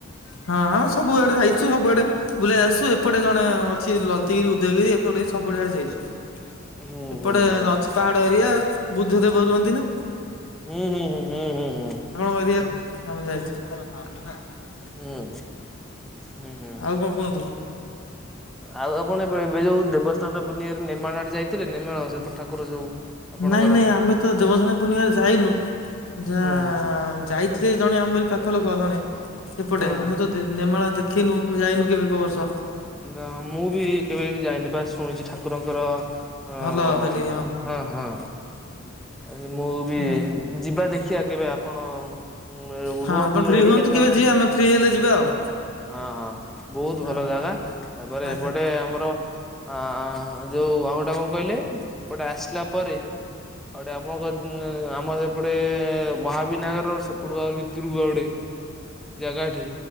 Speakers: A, on the left (about 85°); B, in the centre.
A: ହଁ ହଁ ସବୁଆଡ଼େ ଯାଇଛୁ ସବୁଆଡେ ବୁଲେଇ ଆସଛୁ ଏପଟେ ଜଣେ ଅ ଛି ଲଲତିଗିରି ଉଦୟଗିରି ଏପଟ ସବୁଆଡ଼େ ଯାଇଚୁ।
B: ହୁଁ
A: ଏପଟେ
B: ହୁଁ ହୁଁ
A: ଅଛି ପାହାଡ଼ ଏରିଆ ବୁଦ୍ଧ ଦେବ ରୁହନ୍ତି ନା?
B: ହୁଁ ହୁଁ ହୁଁ ହୁଁ ହୁଁ। ହୁଁ
A: କଣ କରିଆ ଆମେ ଯାଇଛୁ <unintelligible>
B: ହୁଁ ହୁଁ ହୁଁ।
A: ଆଉ କଣ କୁହନ୍ତୁ?
B: ଆଉ ଆପଣ ଏବେ ଏବେ ଯୋଉ ଦେବସ୍ନାନ ପୂନିମାରେ ନିମାଳ ଆଡ଼େ ଯାଇଥିଲେ ନିମାଳ ସେପଟେ ଠାକୁର ଯୋଉ? ଆପଣଙ୍କର
A: ନାଇଁ ନାଇଁ ଆମେ ତ ଦେବସେନା ପୂର୍ଣ୍ଣିମାରେ ଯାଇନୁ ଯା
B: ହୁଁ
A: ଯାଇ ଲେ ଜଣେ ଆମରି ପାଖ ଲୋକ ଜଣେ। ପଟେ
B: ହଁ।
A: ଆମେ ତ ଦି ନିମାଳା ଦେଖିନୁ ଯାଇନୁ କେବେ କୋଉ ବର୍ଷ।
B: ନା ମୁଁ ବି କେବେ ବି ଯାଇନି ବାସ୍ ଶୁଣିଛି ଠାକୁରଙ୍କର ଅ
A: ଭଲ ସେଠି
B: ହଁ ହଁ। ଏ ମୁଁ ବି
A: ହୁଁ
B: ଯିବା ଦେଖିବା କେବେ ଆପଣ ଉଁ
A: ହଁ
B: ରୁହନ୍ତୁ
A: ଆପଣ ଫ୍ରି
B: ରେଡ଼ି
A: ହୁଅନ୍ତୁ
B: କେତେବେଳେ।
A: କେବେ ଯିବେ ଆମେ ଫ୍ରି ହେଲେ ଯିବା ଆଉ।
B: ହଁ ହଁ ବହୁତ
A: ହଁ
B: ଭଲ ଜାଗା ତାପରେ
A: ଆଚ୍ଛା।
B: ଏପଟେ ଆମର ଅ ଯୋଉ ଆମଟା କଣ କହିଲେ ଏପଟେ ଆସିଲା ପରେ ଏପଟେ ଆପଣଙ୍କ ଉଁ ଆମର ଏପଟେ ମହାବିନାୟକ ର ସେପଟକୁ ଆଉ ଭିତରକୁ ଗୋଟେ ଜାଗାଟେ।